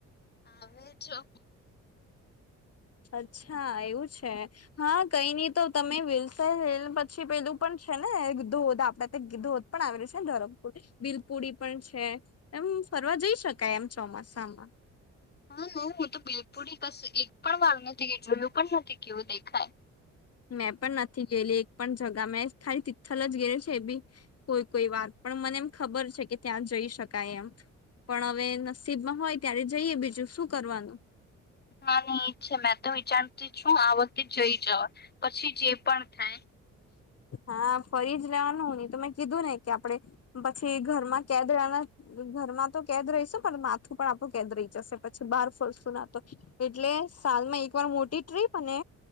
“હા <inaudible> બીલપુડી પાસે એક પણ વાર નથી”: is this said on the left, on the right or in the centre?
Left